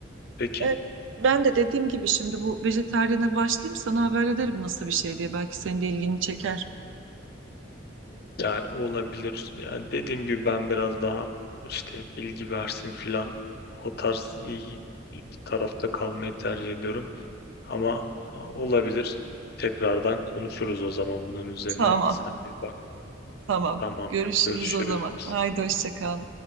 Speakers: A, on the left; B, on the right.
A: Peki
B: evet, ben de dediğim gibi şimdi bu vejetaryene başlayayım sana haber ederim nasıl bir şey diye. Belki senin de ilgini çeker.
A: yani olabilir. Yani dediğim gibi ben biraz daha işte bilgi versin filan o tarz iyi bir tarafta kalmayı tercih ediyorum. Ama ha, olabilir. Tekrardan konuşuruz o zaman bunun üzerine.
B: Tamam
A: Sen bir bak.
B: Tamam.
A: Tamamdır.
B: Görüşürüz
A: Görüşürüz.
B: o zaman. Haydi hoşça kal.